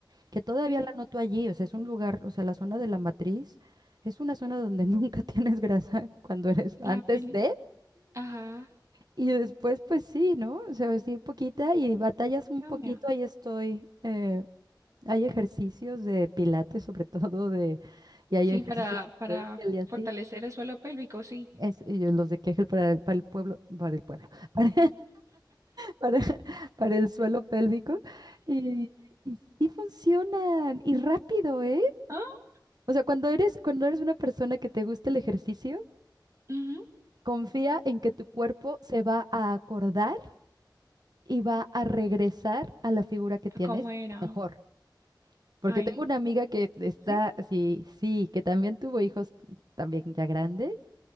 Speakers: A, on the right; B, on the right.
A: que todavía
B: sí, sí.
A: la noto allí, o sea, es un lugar, o sea, la zona de la matriz es una zona donde nunca <laughs> tienes grasa cuando eres antes
B: La pelvis.
A: de
B: Ajá,
A: y después pues sí, ¿no? O sea, sí poquita y batallas un
B: cambia.
A: poquito, ahí estoy. eh, hay ejercicios de pilates sobre <laughs> todo de y hay
B: Sí,
A: ejercicios
B: para,
A: de
B: para
A: Kegel y así.
B: fortalecer el suelo pélvico, sí.
A: Es, y yo los de Kegel para el, para el pueblo, para el pueblo, <laughs> para, para, para el suelo pélvico. Y, y sí funcionan, y rápido, ¿eh?
B: Ah,
A: O sea, cuando eres, cuando eres una persona que te gusta el ejercicio,
B: ujú.
A: confía en que tu cuerpo se va a acordar y va a regresar a la figura que tienes
B: ¿A ¿Cómo era?
A: mejor. Porque
B: Ay,
A: tengo una amiga que está
B: sí,
A: así, sí, que también tuvo hijos también ya grande.